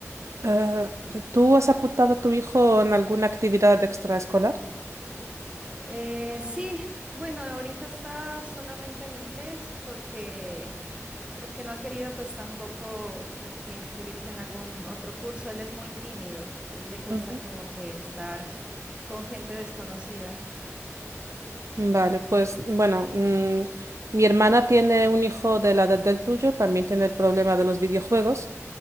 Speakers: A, on the right; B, on the right.
A: Eh, ¿tú has apuntado a tu hijo en alguna actividad extraescolar?
B: Eh, sí, bueno, ahorita está solamente en inglés porque, porque no ha querido pues tampoco como que inscribirse en algún otro curso. Él es muy tímido, él le cuesta
A: Ujú.
B: como que estar con gente desconocida.
A: Vale, pues bueno, mm, mi hermana tiene un hijo de la edad del tuyo, también tiene el problema de los videojuegos.